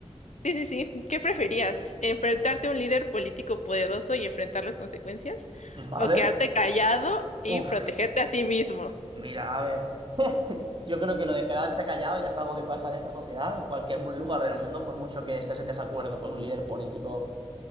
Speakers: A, on the left (about 80°); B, on the right (about 45°).
A: Sí, sí, sí. ¿Qué preferías? ¿Enfrentarte
B: A ver.
A: a un líder político poderoso y enfrentar las consecuencias?
B: Vale.
A: ¿O quedarte callado y
B: Uf.
A: protegerte a ti mismo?
B: Mira, a ver, yo creo que lo de quedarse callado ya es algo que pasa en esta sociedad, en cualquier mu- lugar del mundo, por mucho que estés en desacuerdo con un líder político.